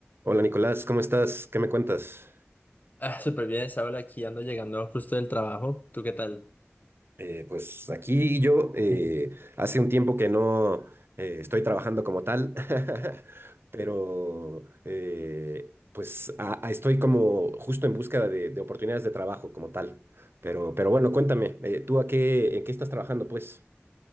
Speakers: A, on the right (about 60°); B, on the left (about 40°).
A: Hola Nicolás, ¿cómo estás? ¿Qué me cuentas?
B: Ah, súper bien, Saúl, aquí ando llegando justo del trabajo. ¿Tú qué tal?
A: Eh, pues aquí yo eh, hace un tiempo que no eh, estoy trabajando como tal, <laughs> pero eh, pues a- a- estoy como justo en búsqueda de, de oportunidades de trabajo como tal. Pero, pero bueno, cuéntame, eh, ¿tú a qué, en qué estás trabajando pues?